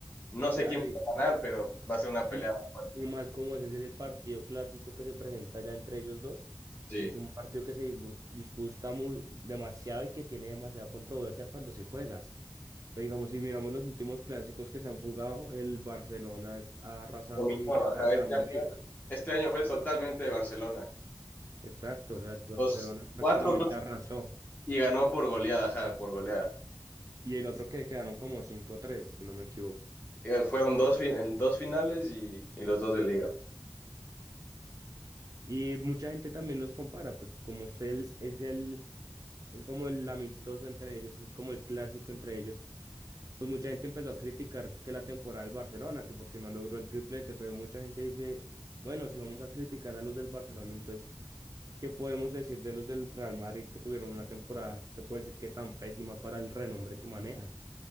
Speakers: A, on the left; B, on the right.
A: No sé
B: Claro,
A: quién
B: y,
A: va a ganar, pero va a ser una
B: y,
A: pelea más fuerte.
B: y más como ese es el partido clásico que se presenta ya entre ellos dos,
A: Sí.
B: es un partido que se disbu- disputa mu- demasiado y que tiene demasiada controversia cuando se juega. Pero digamos, si miramos los últimos clásicos que se han jugado, el Barcelona es- ha arrasado
A: Dominó,
B: con el tema
A: ajá,
B: del Real
A: este
B: Madrid.
A: año, este año fue totalmente de Barcelona.
B: Exacto, o sea, el Barcelona
A: Los
B: prácticamente
A: cuatro
B: arrasó.
A: Y ganó por goleada, ajá, por goleada.
B: Y el otro que quedaron como cinco tres si no me equivoco.
A: Eh, Fueron dos, fi- en dos finales y, y los dos de liga.
B: Y mucha gente también los compara, pues como es el, es el, es como el amistoso entre ellos, es como el clásico entre ellos. pues mucha gente empezó a criticar que la temporada del Barcelona, que porque no logró el triplete, pero mucha gente dice, bueno, si vamos a criticar a los del Barcelona, entonces, ¿qué podemos decir de los del Real Madrid que tuvieron una temporada, se puede decir que tan pésima para el renombre que manejan?